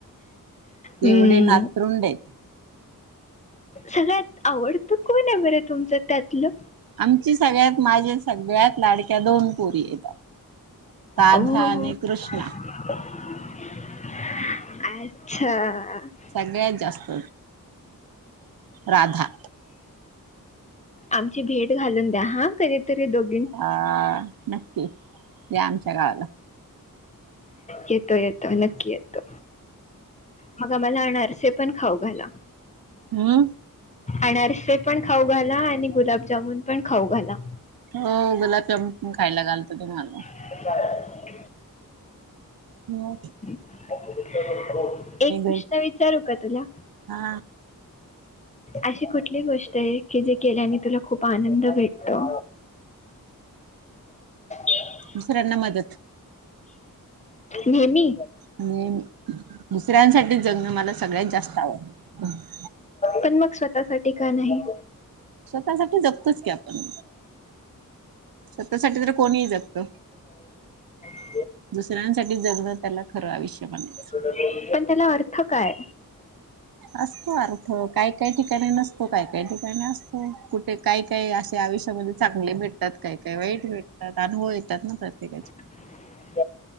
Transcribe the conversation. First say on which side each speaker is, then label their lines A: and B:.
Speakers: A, on the left (about 20°); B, on the right (about 80°).
A: हम्म,
B: एवढे नातवंड आहेत
A: सगळ्यात आवडतं कोण आहे बरं तुमचं त्यातलं
B: आमची सगळ्यात माझी सगळ्यात लाडक्या दोन पोरी हायता राधा
A: ओ
B: आणि कृष्णा
A: अच्छा
B: सगळ्यात जास्त राधा
A: आमची भेट घालून द्या हा कधीतरी दोघ.
B: आ नक्की या आमच्या गावाला.
A: येतो येतो नक्की येतो मग आम्हाला अनारसे. पण खाऊ घाला.
B: हमम.
A: अनारसे पण खाऊ घाला आणि गुलाबजामून पण खाऊ घाला.
B: हो गुलाबजामून पण खायला घालतो तुम्हाला.
A: <inaudible>
B: ह.
A: एक प्रश्न
B: घ
A: विचारू का तुला.
B: हा
A: अशी कुठली गोष्ट आहे की जे केल्याने तुला खूप आनंद भेटतो. <inaudible>
B: दुसऱ्यांना मदत
A: नेहमी.
B: नेहमी दुसऱ्यांसाठी जगणं मला सगळ्यात जास्त आवडतं.
A: पण मग स्वतःसाठी का नाही.
B: स्वतःसाठी जगतोच की आपण स्वतःसाठी तर कोणीही जगत
A: <inaudible> <inaudible>
B: दुसऱ्यांसाठी जगणं त्याला खरं आयुष्य म्हनायचं.
A: पण. त्याला अर्थ काय.
B: असतो अर्थ काय काय ठिकाणी नसतो काय काय ठिकाणी असतो कुठे काय काय अशे आयुष्यामध्ये चांगले भेटतात काय काय वाईट भेटतात अनुभव येतात ना प्रत्येकाचे.
A: <inaudible>